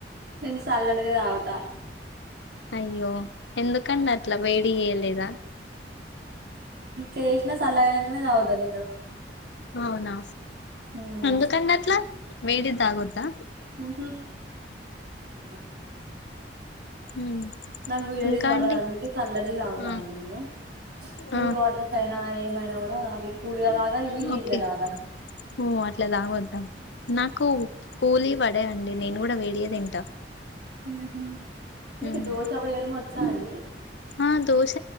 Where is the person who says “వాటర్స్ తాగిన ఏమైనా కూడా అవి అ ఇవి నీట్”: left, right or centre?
Right